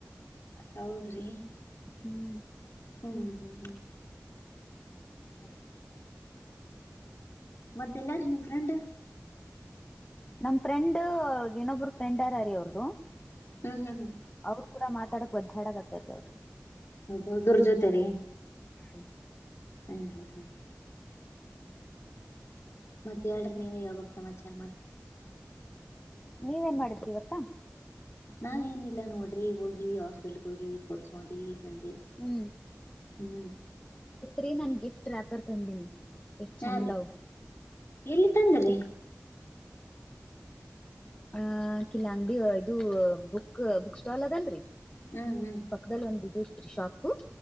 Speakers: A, on the left; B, on the left.
A: ಹೌದ್ರಿ
B: ಹ್ಮ್
A: ಹ್ಮ್್ಮ್ ಹ್ಮ್ ಹ್ಮ್ ಹ್ಮ ಮತ್ತೆ ಎಲ್ಲಿ ಆರಾ ನಿಮ್ಮ ಫ್ರೆಂಡ್
B: ನಮ ಫ್ರೆಂಡ್ ಇನ್ನೊಬ್ಬರು ಫ್ರೆಂಡ್ರರಿೀ ಅವ್ರದು
A: ಹ್ಮ್ ಹ್ಮ್ ಹ್ಮ್
B: ಅವ್ರು ಕೂಡ ಮಾತಾಡಕ್ ಬದ್ದ್ಯಾಡತ್ತರರಿ ಅವ್ರ
A: ಹಬ ದೂರ್ ಜೋತೆ ರೀ
B: ಹ್ಮ
A: ಹ್ಮ್ ಹ್ಮ್ ಹಾ ಮತ್ತತ್ ಹೇಳ್ರಿ ನೀವ ಹೇಳ್ಬೇಕು ಸಮಾಚಾರ ಮತ್ತ
B: ನೀವೇನ್ ಮಾಡಿದ್ರಿ ಇವತ್ತಾ
A: ನಾವ ಏನಿಲ್ಲ ನೋಡ್ರಿ ಹೋಗಿವಿ ಹಾಸ್ಪಿಟ್ಲ್ಗೆ ಹೋಗಿವಿ ತೋರಿಸಿಕೊಂಡು ಬಂದಿವ
B: ಹ್ಮ್
A: ಹ್ಮ್
B: ರಿ ನಾನ್ ಗಿಫ್ಟ್ ರ್ಯಾಪರ್ ತಂದೀಿನಿ ಏಷ್ಟ
A: ಹಾ
B: ಚಂದ
A: ರೀ
B: ಅವ
A: ಎಲ್ಲಿ ತಂದ್ರೀ
B: ಅ ಕಿಲ ಅಂಗಡಿ ಇದು ಬುಕ್ ಬುಕ್ ಸ್ಟಾಲ್ ಅದಲ್ರರಿ
A: ಹ್ಮ್ ಹ್ಮ್
B: ಪಕ್ಕದಲ್ಲಿ ಒಂದ ಇದ ಇತ್ರಿ ಶಾಪು